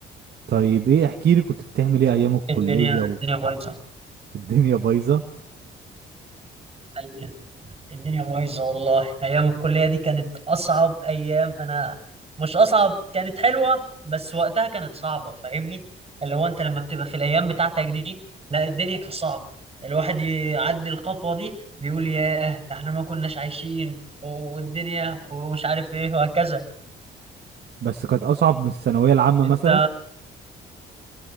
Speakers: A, on the right; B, on the right.
A: طيب ايه احكي لي كنت بتعمل ايه ايام الكلية
B: الدنيا الدنيا بايظه
A: والدنيا بايظة
B: أيام- الدنيا بايظه والله ايام الكليه دي كانت اصعب ايام انا مش اصعب كانت حلوه بس وقتها كانت صعبه فاهمني اللي هو انت لما بتبقى في الايام بتاعتك دي لا الدنيا كانت صعبه الواحد يعدي الخطوه دي بيقول ياه ده احنا ما كناش عايشين والدنيا ومش عارف ايه وهكذا
A: بس كانت اصعب من الثانوية العامة
B: انت
A: مثلا